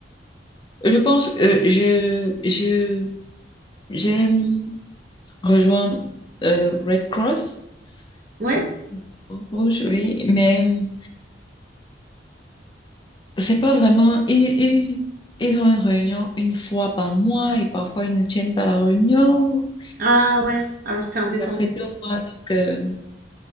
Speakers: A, on the left; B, on the right.
A: je pense euh, je je j'ai hum, rejoint euh, Red Cross,
B: ouais?
A: la Croix Rouge, oui, mais hum, c'est pas vraiment. Ils, ils ils ont une réunion une fois par mois et parfois ils ne tiennent pas la réunion.
B: Ah ouais. Alors c'est embêtant.
A: Et après deux mois, donc euh,